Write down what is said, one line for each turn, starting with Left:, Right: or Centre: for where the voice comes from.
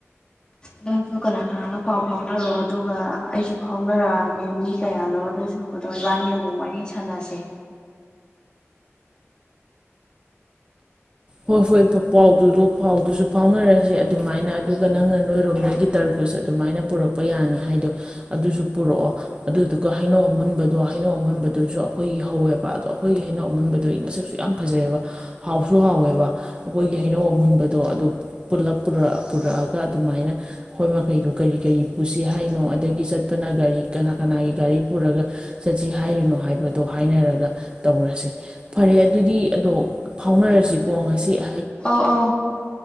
Left: ꯅꯪꯁꯨ ꯀꯅꯥ ꯀꯅꯥꯅꯣ ꯄꯥꯎ ꯐꯥꯎꯅꯔꯣ ꯑꯗꯨꯒ ꯑꯩꯁꯨ ꯐꯥꯎꯅꯔꯛꯑꯒꯦ ꯃꯤ ꯀꯌꯥꯅꯣ ꯑꯗꯨꯁꯨꯗꯣ ꯏꯕꯥꯅꯤ ꯑꯃꯨꯛ ꯋꯥꯔꯤꯅꯤ ꯁꯥꯟꯅꯁꯦ
Right: ꯍꯣꯏ ꯍꯣꯏ ꯄꯥꯎꯗꯨꯗꯣ ꯄꯥꯎꯗꯨꯁꯨ ꯐꯥꯎꯅꯔꯁꯦ ꯑꯗꯨꯃꯥꯏꯅ ꯑꯗꯨꯒ ꯅꯪꯅ ꯅꯣꯏꯔꯣꯝꯗꯒꯤ ꯇꯔꯕꯨꯖ ꯑꯗꯨꯃꯥꯏꯅ ꯄꯨꯔꯛꯄ ꯊꯣꯛꯄ ꯌꯥꯅꯤ ꯍꯥꯏꯗꯣ ꯑꯗꯨꯁꯨ ꯄꯨꯔꯛꯑꯣ ꯑꯗꯨꯗꯨꯒ ꯍꯩꯅꯧ ꯑꯃꯨꯟꯕꯗꯣ ꯍꯩꯅꯧ ꯑꯃꯨꯟꯕꯗꯨꯁꯨ ꯑꯩꯈꯣꯏꯒꯤ ꯍꯧꯋꯦꯕ ꯑꯗꯣ ꯑꯩꯈꯣꯏꯒꯤ ꯍꯩꯅꯧ ꯑꯃꯨꯟꯕꯗꯨꯣ ꯑꯩ ꯃꯁꯛꯁꯨ ꯌꯥꯝ ꯐꯖꯩꯑꯕ ꯍꯥꯎꯁꯨ ꯍꯥꯎꯋꯦꯕ ꯑꯩꯈꯣꯏꯒꯤ ꯍꯩꯅꯧ ꯑꯃꯨꯟꯕꯗꯣ ꯑꯗꯨ ꯄꯨꯔꯛꯑꯒ ꯑꯗꯨꯃꯥꯏꯅ ꯑꯩꯈꯣꯏ ꯃꯈꯩꯗꯨ ꯀꯔꯤ ꯀꯔꯤ ꯄꯨꯁꯤ ꯍꯥꯏꯔꯤꯅꯣ ꯑꯗꯒꯤ ꯆꯠꯄꯅ ꯒꯥꯔꯤ ꯀꯅꯥ ꯀꯅꯥꯒꯤ ꯒꯥꯔꯤ ꯄꯨꯔꯒ ꯆꯠꯁꯤ ꯍꯥꯏꯔꯤꯅꯣ ꯍꯥꯏꯕꯗꯣ ꯍꯥꯏꯅꯔꯒ ꯇꯧꯔꯁꯦ ꯐꯔꯦ ꯑꯗꯨꯗꯤ ꯑꯗꯣ ꯐꯥꯎꯅꯔꯁꯤ ꯈꯣꯡ ꯑꯁꯤ
Left: ꯑ ꯑ